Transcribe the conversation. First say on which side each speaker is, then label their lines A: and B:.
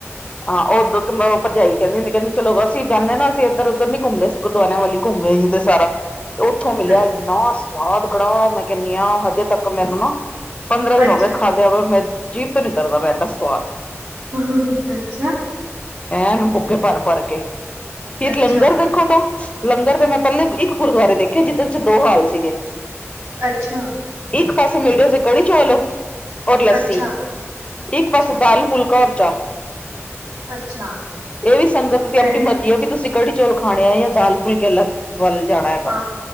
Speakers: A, on the left; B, on the right.
A: ਹਾਂ ਉੱਧਰ ਭਰਜਾਈ ਕਹਿੰਦੀ ਸੀ ਚਲੋ ਅਸੀਂ ਜਾਂਦੇ ਹ ਨਾ ਅਸੀਂ ਇੱਧਰ ਉਧਰ ਨੀ ਘੁੰਮਦੇ ਸੀ ਗੁਰਦੁਆਰਿਆਂ ਵਾਲੀ ਘੁੰਮੇ ਜੀ ਤੇ ਸਾਰਾ, ਤੇ ਉੱਥੋਂ
B: ਅੱਛਾ
A: ਮਿਲਿਆ ਇੰਨਾ ਸਵਾਦ ਕੜਾਹ ਮੈਂ ਕਹਿੰਦੀ ਆ ਹਜੇ ਤੱਕ ਮੈਨੂੰ ਨਾ ਪੰਦਰਾਂ ਦਿਨ
B: ਅੱਛਾ
A: ਹੋ ਗਏ ਖਾਦਿਆ ਵਾ, ਮੈਂ ਜੀਭ ਤੋਂ ਨੀ ਉਤਰਦਾ ਪਿਆ ਇੰਨਾ ਸਵਾਦ
B: ਹਮ ਹਮ ਹ ਅੱਛਾ
A: ਐਨ ਬੁਕੇ ਭਰ- ਭਰ ਕੇ, ਇਕ
B: ਅੱਛਾ
A: ਲੰਗਰ ਦੇਖੋ ਤਾਂ ਲੰਗਰ ਦੇ ਮੈਂ ਪਹਿਲੇ ਇੱਕ ਗੁਰਦੁਆਰੇ ਦੇਖੇ ਜਿਹਦੇ 'ਚ ਦੋ ਹਾਲ ਸੀਗੇ
B: ਅੱਛਾ
A: ਇੱਕ ਪਾਸੇ ਮੜਸ ਕੜੀ ਚੋਲ ਔਰ ਲੱਸੀ,
B: ਅੱਛਾ
A: ਇੱਕ
B: ਅੱਛਾ
A: ਪਾਸੇ ਦਾਲ ਫੁਲਕਾ ਔਰ ਚਾਹ
B: ਅੱਛਾ
A: ਇਹ ਵੀ ਸੰਗਤ ਦੀ ਆਪਣੀ
B: ਫਿਰ
A: ਮਰਜ਼ੀ ਆ ਵੀ ਤੁਸੀਂ ਕੜੀ ਚੌਲ ਖਾਣੇ ਆ ਜਾਂ ਦਾਲ ਫੁਲਕੇ ਵੱਲ ਜਾਣਾ ਹੈਗਾ
B: ਹਾਂ